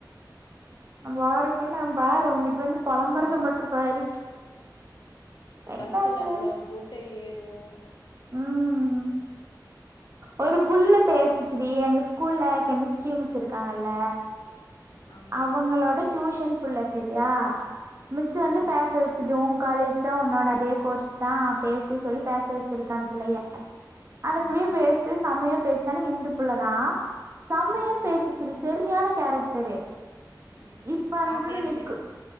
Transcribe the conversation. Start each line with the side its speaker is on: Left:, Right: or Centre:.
Right: நம்ம வாறக்குள்ள அவன் பாரு உங்கிட்ட வந்து புலம்பறத மட்டு பாரு ரெண்டாவது
Left: பஸ்ஸுல அவ்ளோ கூட்ட ஏறும்
Right: ம் ஒரு புள்ள பேசிச்சிடி எங்க ஸ்கூல்ல கெமிஸ்ட்ரி மிஸ் இருக்காங்கல்ல
Left: ஆமா
Right: அவங்களோட டியூஷன் புள்ள சரியா மிஸ்
Left: ம்
Right: வந்து பேச வெச் சிது உன் காலேஜ் தா உன்னோட அதே கோர்ஸ் தா பேசி சொல்லி பேச வச்சிருக்க அந்த புள்ளய அந்த
Left: ம்
Right: புள்ளயும் பேஸ்ச்சி செம்மையா பேஸ்ச்சி ஆனா இந்து புள்ள தான் செம்மைய
Left: ம்
Right: பேசி சு க செரியான கேரக்டரு
Left: ம்
Right: இப்ப அந்த
Left: உன்
Right: புள்ள
Left: கிளாஸே
Right: நிக்கு